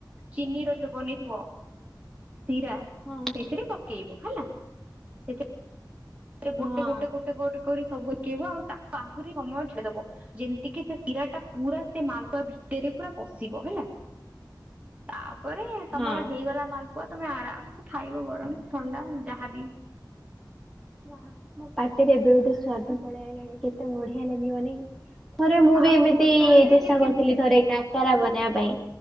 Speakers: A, on the right; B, in the centre.
A: ଚିନି ର ଯୋଉ ବନେଇଥିବ ଶିରା
B: ହଁ
A: ସେଇଥିରେ ପକେଇବ ହେଲା। ସେଥିରେ
B: ହଁ
A: ଗୋଟେ ଗୋଟେ ଗୋଟେ ଗୋଟେ କରି ସବୁପକେଇବ ଆଉ ତାକୁ ଆହୁରି ସମୟ ଛାଡିଦବ। ଯେମିତିକି ସେ ଶିରା ଟା ପୁରା ସେ ମାଲୁଆ ଭିତରେ ପୁରା ପଶିବ ହେଲା।
B: <inaudible>
A: ତାପରେ ତମର
B: ହଁ।
A: ହେଇଗଲା ମାଲପୁଆ ତମେ ଆରାମସେ ଖାଇବ ଗରମ ଥଣ୍ଡା ଯାହାବି।
B: ବା ମୋ ପାଟିରେ ଏବେଠୁ ସ୍ଵାଦ ପଳେଇଆଇଲାଣି କେତେ ବଢିଆ ଲାଗିବନେହଁ। ଥରେ ମୁଁ
A: ଆଉ
B: ବି ଏମିତି
A: କଦଳୀରେ
B: ଚେଷ୍ଟା
A: କେମିତି
B: କରିଥିଲି ଥରେ କାକରା ବନେଇବା ପାଇଁ